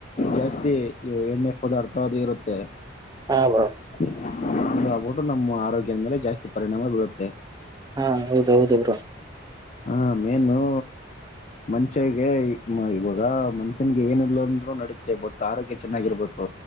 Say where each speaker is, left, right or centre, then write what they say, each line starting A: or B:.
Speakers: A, on the left (about 35°); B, on the right (about 20°).
A: ಜಾಸ್ತಿ ಎಣ್ಣೆ ಪದಾರ್ಥ ಅದು ಇರುತ್ತೆ.
B: ಹ ಬ್ರೋ.
A: ಆಗ್ಬಿಟ್ಟು ನಮ್ಮ ಆರೋಗ್ಯದ ಮೇಲೆ ಜಾಸ್ತಿ ಪರಿಣಾಮ ಬೀಳುತ್ತೆ.
B: ಹಾ ಹೌದ ಹೌದು ಬ್ರೋ.
A: ಹಾ ಮೇನು. ಮನ್ಷ್ಯಿಗೆ ಇವಾಗ ಮನ್ಷ್ಯನ್ಗೆ ಏನಿಲ್ಲ ಅಂದ್ರು ನಡೀತ್ತೆ ಬಟ್ ಆರೋಗ್ಯ ಚೆನ್ನಾಗಿರ್ಬೇಕು.